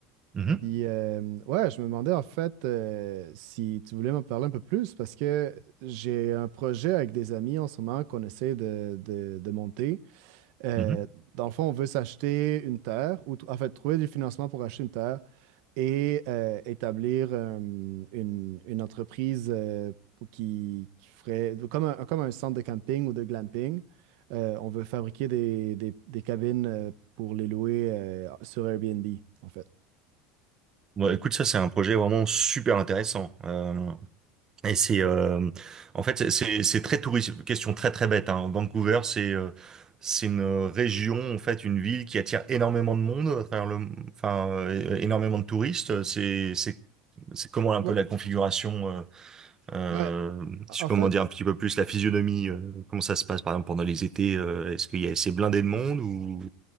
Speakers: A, on the right (about 25°); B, on the right (about 65°).
A: Mhm,
B: Puis, euh, ouais, je me demandais en fait euh, si tu voulais m'en parler un peu plus, parce que j'ai un projet avec des amis en ce moment qu'on essaie de, de- de monter. Euh,
A: mhm.
B: dans le fond, on veut s'acheter une terre, ou tr- en fait, trouver du financement pour acheter une terre et euh, établir euh, une, une entreprise euh, qui, qui ferait comme un, comme un centre de camping ou de glamping. Euh, on veut fabriquer des, des- des cabines euh, pour les louer euh, sur Airbnb, en fait.
A: Bon, écoute, ça, c'est un projet vraiment super intéressant. Euh, et c'est, euh, en fait, c'est c'est- c'est très touristique. Question très très bête. hein. Vancouver, c'est euh, c'est une région, en fait, une ville qui attire énormément de monde à travers le, enfin, euh, énormément de touristes. C'est c'est c'est comment un
B: Ouais,
A: peu la configuration. Euh, euh,
B: ben,
A: si
B: en
A: je peux
B: fait,
A: m'en dire un petit peu plus la physionomie. euh, comment ça se passe, par exemple, pendant les étés. euh, est-ce qu'il y a assez blindé de monde ou